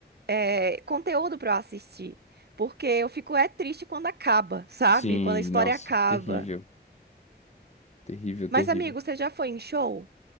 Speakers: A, on the right; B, on the left.
A: é, conteúdo pra eu assistir. Porque eu fico é triste quando acaba, sabe?
B: Sim,
A: Quando a história
B: nossa,
A: acaba.
B: terrível, terrível, terrível.
A: Mas, amigo, você já foi em show?